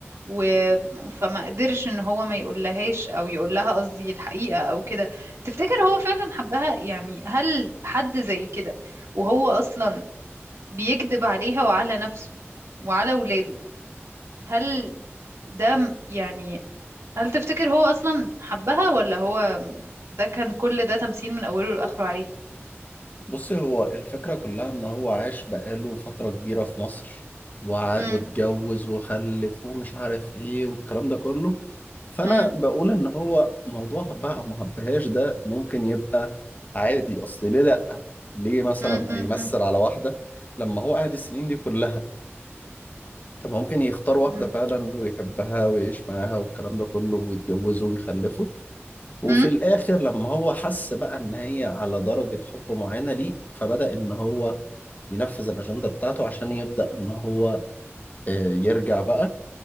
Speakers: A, on the right (about 80°); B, on the left (about 35°).
A: و... فما قدرش ان هو ما يقولهاش او يقول لها قصدي الحقيقة او كده تفتكر هو فعلا حبها يعني هل حد زي كده وهو اصلا بيكذب عليها وعلى نفسه وعلى ولاده هل ده م- يعني هل تفتكر هو أصلا حبها ولا هو ده كان كل ده تمثيل من أوله لآخره عليها
B: بصي هو الفكرة كلها ان هو عاش بقاله فترة كبيرة في مصر وع-
A: مم.
B: واتجوز وخلف ومش عارف ايه والكلام ده كله فانا
A: مم.
B: بقول ان هو موضوع حبها او ما حبهاش ده ممكن يبقى عادي اصل ليه لا ليه مثلا
A: مم. مم.
B: هيمثل على واحدة لما هو قاعد السنين دي كلها طب ما ممكن يختار واحدة
A: مم.
B: فعلا ويحبها ويعيش معاها والكلام ده كله ويتجوزوا ويخلفوا وفي
A: مم.
B: الآخر لما هو حس بقى إن هي على درجة حب معينة ليه فبدأ إن هو ينفذ الأجندة بتاعته عشان يبدأ إن هو آه، يرجع بقى